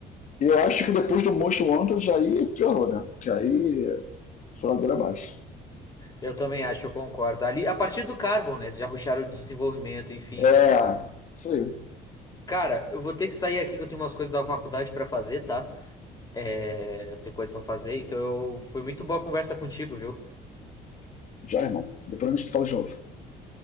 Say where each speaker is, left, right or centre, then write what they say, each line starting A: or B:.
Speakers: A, on the left; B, on the left.
A: Eu acho que depois do Most Wanted aí piorou, né? Que aí foi ladeira abaixo.
B: eu também acho, eu concordo. Ali, a partir do Carbon, né? Eles já rusharam o desenvolvimento, enfim.
A: É. Isso aí.
B: Cara, eu vou ter que sair aqui que eu tenho umas coisas da faculdade pra fazer, tá? É, eu tenho coisa pra fazer, então eu... foi muito boa a conversa contigo, viu?
A: Já, irmão. Depois a gente fala de novo.